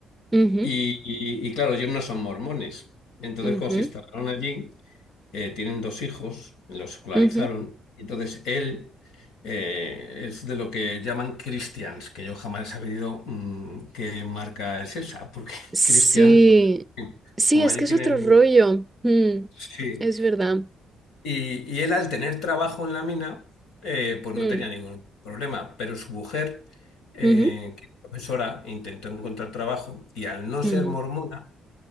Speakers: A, on the right (about 20°); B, on the left (about 85°).
A: Ujú,
B: Y, y- y claro, ellos no son mormones. Entonces,
A: ujú,
B: cuando se instalaron allí, eh, tienen dos hijos, los escolarizaron.
A: ujú.
B: Y entonces él eh, es de lo que llaman Christians, que yo jamás he sabido mm, qué marca es esa, porque <laughs>
A: Sí,
B: Christians, pues,
A: sí,
B: como
A: es
B: allí
A: que
B: tienen,
A: es otro rollo. Mm,
B: sí,
A: es verdad.
B: y, y él al tener trabajo en la mina, eh, pues no
A: Mm,
B: tenía ningún problema, pero su mujer, eh,
A: ujú,
B: que es profesora, intentó encontrar trabajo y al no ser
A: ujú.
B: mormona,